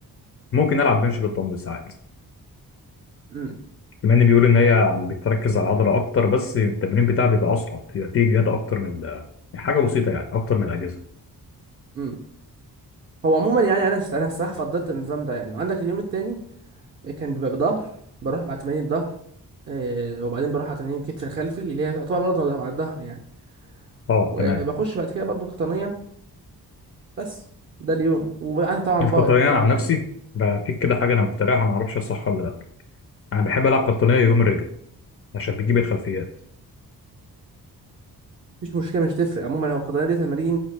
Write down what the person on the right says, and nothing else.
امم
امم هو عموما يعني انا انا الصراحه فضلت النظام ده يعني وعندك اليوم التاني كان بيبقى بظهر بروح مع تمارين الظهر آه، وبعدين بروح على تمارين الكتف الخلفي اللي هي تعتبر برضه على الظهر يعني
وبخش
بعد كده برضه قطنيه بس ده اليوم وطبعا
باي
اكيد
يعني
مش مشكلة مش تفرق عموما هو القطنية دي تمارين